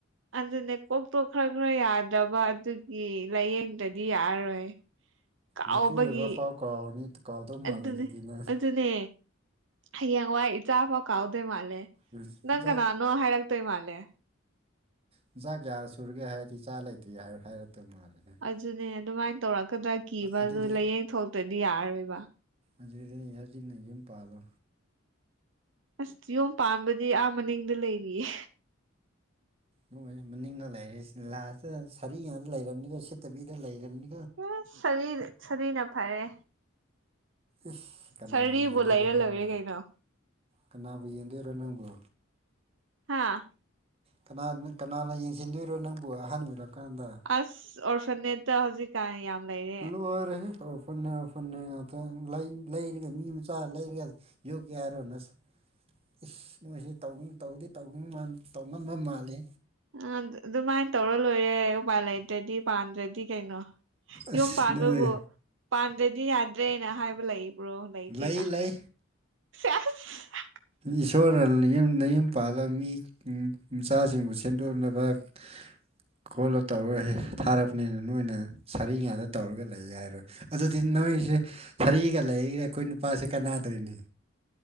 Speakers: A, on the right (about 70°); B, on the right (about 30°).
A: ꯑꯗꯨꯅꯦ ꯀꯣꯛꯇꯣ ꯈꯔ ꯈꯔ ꯌꯥꯗ꯭ꯔꯕ ꯑꯗꯨꯒꯤ ꯂꯥꯏꯌꯦꯡꯗꯗꯤ ꯌꯥꯔꯔꯣꯏ ꯀꯥꯎꯕꯒꯤ
B: ꯅꯄꯨꯔꯣꯏꯕ ꯐꯥꯎ ꯀꯥꯎꯔꯅꯤ ꯀꯥꯎꯗꯧ ꯃꯥꯜꯂꯦ
A: ꯑꯗꯨꯅꯦ
B: ꯑꯗꯨꯗꯤ ꯅꯪ
A: ꯑꯗꯨꯅꯦ ꯍꯌꯦꯡꯋꯥꯏ ꯏꯆꯥꯐꯥꯎ ꯀꯥꯎꯗꯣꯏ ꯃꯥꯜꯂꯦ
B: ꯎꯝ
A: ꯅꯪ ꯀꯅꯥꯅꯣ ꯍꯥꯏꯔꯛꯇꯣꯏ ꯃꯥꯜꯂꯦ
B: ꯅꯆꯥ ꯀꯌꯥ ꯁꯨꯔꯒꯦ ꯍꯥꯏꯔꯗꯤ ꯏꯆꯥ ꯂꯩꯇ꯭ꯔꯤ ꯍꯥꯏꯔ ꯍꯥꯏꯔꯛꯇꯧ ꯃꯥꯜꯂꯦ ꯅꯪ
A: ꯑꯗꯨꯅꯦ ꯑꯗꯨꯃꯥꯏ ꯇꯧꯔꯛꯀꯗ꯭ꯔꯥ ꯀꯤꯕ
B: ꯑꯗꯨꯗꯤ
A: ꯑꯗꯨ ꯂꯥꯏꯌꯦꯡꯊꯣꯛꯇ꯭ꯔꯗꯤ ꯌꯥꯔꯔꯣꯏꯕ
B: ꯑꯗꯨꯗꯤ ꯍꯧꯖꯤꯛꯅ ꯌꯨꯝ ꯄꯥꯟꯂꯣ
A: ꯑꯁ ꯌꯨꯝ ꯄꯥꯟꯕꯗꯤ ꯑꯥ ꯃꯅꯤꯡꯗ ꯂꯩꯔꯤꯌꯦ
B: ꯂꯣꯏꯔꯦ ꯃꯅꯤꯡꯗ ꯂꯩꯔꯤ ꯂꯥ꯭ꯁꯇ ꯁꯔꯤ ꯉꯥꯛ ꯂꯩꯔꯝꯅꯤꯀꯣ ꯁꯤꯠꯇꯕꯤꯗ ꯂꯩꯔꯝꯅꯤ
A: ꯑꯁ ꯁꯔꯤ ꯁꯔꯤꯅ ꯐꯔꯦ
B: ꯏꯁ ꯀꯅꯥꯅ
A: ꯁꯥꯔꯤꯕꯨ
B: ꯌꯦꯡꯗꯣꯏꯕ
A: ꯂꯩꯔ
B: ꯅꯪꯕꯨ
A: ꯂꯣꯏꯔꯦ ꯀꯩꯅꯣ
B: ꯀꯅꯥꯕꯨ ꯌꯦꯡꯗꯣꯏꯔꯣ ꯅꯪꯕꯨ
A: ꯍꯥꯥ
B: ꯀꯅꯥ ꯀꯅꯥꯅ ꯌꯦꯡꯁꯤꯟꯗꯣꯏꯔꯣ ꯅꯪꯕꯨ ꯑꯍꯟ ꯑꯣꯏꯔꯛꯀꯥꯟꯗ
A: ꯑꯁ ꯑꯣꯔꯐꯟꯅꯦꯠꯇ ꯍꯧꯖꯤꯛ <unintelligible> ꯂꯩ
B: ꯂꯣꯏꯔꯦꯍꯦ ꯑꯣꯐꯔꯅꯦ ꯑꯣꯐꯔꯅꯦ ꯉꯥꯛ ꯑ ꯂꯩ ꯂꯩꯔꯒ ꯃꯤ ꯃꯆꯥ ꯂꯩꯔꯒ ꯌꯣꯛꯀꯦ ꯍꯥꯏꯔꯣ ꯅꯁꯛ ꯏꯁ ꯅꯣꯏꯁꯤ ꯇꯧ ꯇꯧꯗꯤ ꯇꯧꯃꯥꯟ ꯇꯧꯉꯝꯕ ꯃꯥꯜꯂꯤ
A: ꯑ ꯑꯗꯨꯃꯥꯏꯅ ꯇꯧꯔ ꯂꯣꯏꯔꯦ ꯎꯄꯥꯏ ꯂꯩꯇ꯭ꯔꯗꯤ ꯄꯥꯝꯗ꯭ꯔꯗꯤ ꯀꯩꯅꯣ
B: ꯑꯁ
A: ꯌꯨꯝ ꯄꯥꯟꯕꯕꯨ
B: ꯅꯣꯏ
A: ꯄꯥꯟꯗ꯭ꯔꯗꯤ ꯌꯥꯗ꯭ꯔꯦꯅ ꯍꯥꯏꯕ ꯂꯩꯕ꯭ꯔꯣ ꯂꯩꯇꯦꯅ
B: ꯂꯩ ꯂꯩ
A: ꯁꯦꯁ
B: ꯏꯁꯣꯔꯅ ꯌꯨꯝ ꯅꯌꯨꯝ ꯄꯥꯜꯂꯣ ꯃꯤ ꯃꯆꯥꯁꯤꯡꯕꯨ ꯁꯦꯟꯗꯣꯛꯅꯕ <inaudible> ꯈꯣꯠꯂꯣ ꯇꯧꯔ ꯊꯥꯔꯛꯄꯅꯤꯅ ꯅꯣꯏꯅ ꯁꯥꯔꯤ ꯉꯥꯗ ꯇꯧꯔꯒ ꯂꯩ ꯍꯥꯏꯔꯣꯏ ꯑꯗꯨꯗꯤ ꯅꯣꯏꯁꯦ ꯁꯔꯤꯒ ꯂꯩꯒ ꯑꯩꯈꯣꯏ ꯅꯨꯄꯥꯁꯤ ꯀꯅꯥꯗꯔꯤꯅꯤ